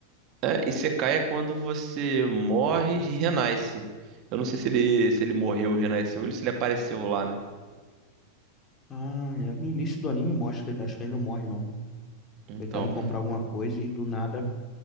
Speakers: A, on the right; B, on the left.
A: É, Isekai é quando você morre e renasce. Eu não sei se ele, se ele morreu e renasceu ou se ele apareceu lá, né?
B: Ah, é. No início do anime mostra que ele acho que ele não morre, não.
A: Então.
B: Ele tá indo comprar alguma coisa e do nada.